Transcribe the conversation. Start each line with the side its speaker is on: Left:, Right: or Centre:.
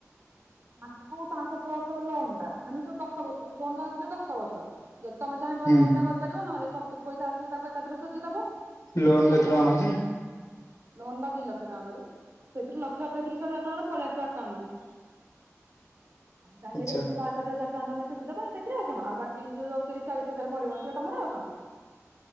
Right: ମାସକୁ ପାଶହ ଛଅଶହ ଲୋନ ଟା ମାନେ ଯୋଉ ଦଶ ବର୍ଷ ଲୋନ ଟାଥିଲେ ଦଶ ବର୍ଷ। ଯଦି ତମେ ଚାହିଁବ
Left: ହୁଁ
Right: ଲୋନ୍ ଟା କରିପାରିବ ନହେଲେ ସବସିଟ ପଇଶା ଆସିଲେ ତାକୁ ଏକାଥରେ ସୁଜିଦବ। କିଛିି
Left: ଲୋନ କେତେ
Right: କଥା
Left: ଟଙ୍କା
Right: ନାଇଁ।
Left: ହଉଛି
Right: ଲୋନ ଟା ଦି ଲକ୍ଷ ଟଙ୍କା କରିବି ସେଥିରୁ ଲକ୍ଷ ଅଠତିରିଶି ହଜାର ଟଙ୍କାର ପଳେଇ ଆସିବ ଆକାଉଣ୍ଟ କୁ। ଆମ ତାଲେ
Left: ଆଛା
Right: ସେଇଥିରୁ ବା ଷାଠିଏ ହଜାର ଟଙ୍କା ତମେ ସୁଝିଦବ ସେଥିରେ ଆଉ କଣ ଆଉ ବାକିଜଉ ତିରିଶ ଚାଳିଶ ହଜାର ବଳିବ ହେଇତକ ତମ ଆଉ କଣ।